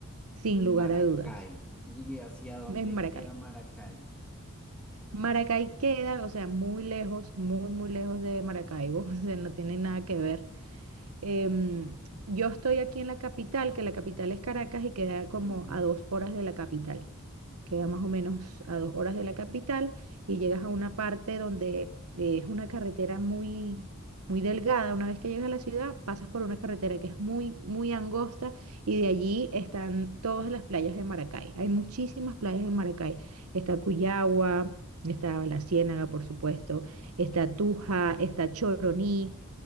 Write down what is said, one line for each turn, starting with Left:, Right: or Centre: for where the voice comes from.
Right: sin
Centre: Maracay.
Right: lugar a dudas,
Centre: ¿Y hacia dónde
Right: en Maracay.
Centre: queda Maracay?
Right: Maracay queda, o sea, muy lejos, muy, muy lejos de Maracaibo, <laughs> o sea, no tiene nada
Centre: <laughs>
Right: que ver. Em, yo estoy aquí en la capital, que la capital es Caracas y queda como
Centre: Ujú.
Right: a dos horas de la capital. Queda más o menos a dos horas de la capital y llegas a una parte donde eh, es una carretera muy, muy delgada. Una vez que llegas a la ciudad, pasas por una carretera que es muy, muy angosta y de allí están todas las playas de Maracay. Hay muchísimas playas de Maracay. Está Cuyagua, está La Ciénaga, por supuesto, está Tuja, está Choroní.